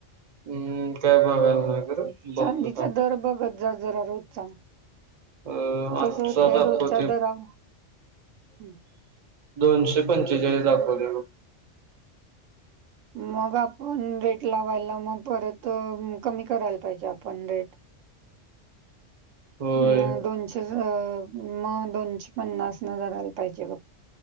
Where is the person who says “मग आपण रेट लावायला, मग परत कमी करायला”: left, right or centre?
Right